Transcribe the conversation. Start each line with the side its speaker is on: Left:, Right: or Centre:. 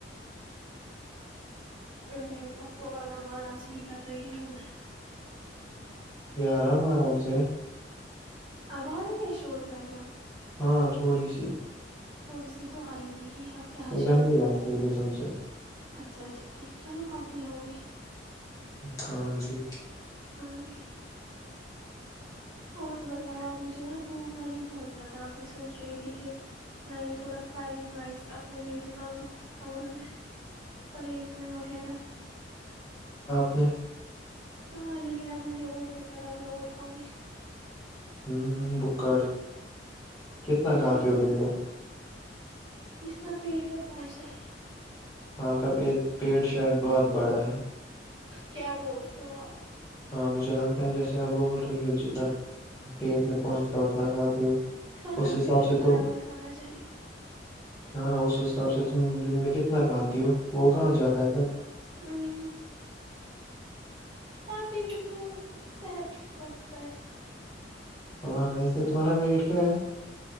Right: ا اب تو آرام آرام سے ہی کر رہی ہوں میں
Left: یہ آرام آرام سے
Right: اب آ رہی ہے شور بیگا <unintelligible>
Left: ہاں تھوڑی سی <unintelligible>
Right: تھوڑی سی تو آئے گی <unintelligible>
Left: یہ
Right: شانتی
Left: گندی لگتی
Right: رکھوں
Left: ہے کہ سم سے <unintelligible>
Right: اچھا اچھا ٹھیک چلو آنی ہوؤ گی <unintelligible>
Left: کانچی <unintelligible>
Right: ہاں جی <unintelligible> اور بتاؤ آپ مجھے نا بھوک لگی بہت زیادہ اب میں سوچ رہی تھی کہ میں یہ تھوڑا فرائیڈ رائس اپنے لیے نکالوں کل میں <unintelligible> پلیٹ میں وغیرہ <unintelligible>
Left: اپنے <unintelligible>
Right: ہاں لیکن اب میں نے اور دیکھا تھا اب میں اور کھاؤں گی <unintelligible>
Left: ہ بکڑ <unintelligible> کتنا
Right: نہیں
Left: کہھاتی ہو
Right: بک
Left: دن بھر <unintelligible>
Right: جتنا پیٹ پہ پہنچتا ہے <unintelligible>
Left: آپ کا پ پیٹ شاید بہت بڑا ہے <unintelligible>
Right: کیا بولتے ہو آپ <unintelligible>
Left: ہاں مجھے لگتا ہے جیسے آپ بول رہی ہو جت <unintelligible> پیٹ میں پہنچتا اتنا ہاتات ہو
Right: کھانا
Left: اس حساب
Right: پیٹ
Left: سے
Right: کے برابر
Left: تم
Right: کھانا چاہیے
Left: ہاں اس <unintelligible> اس حساب سے تم دن میں کتنا کہ آتی ہو <unintelligible> وہ کہاں جاتا ہے پھر <unintelligible>
Right: ہ کھاتی ہوں تو صحت بڑتا ہے <unintelligible>
Left: ہ وی سے تمہارا ویٹ کیا ہے <unintelligible>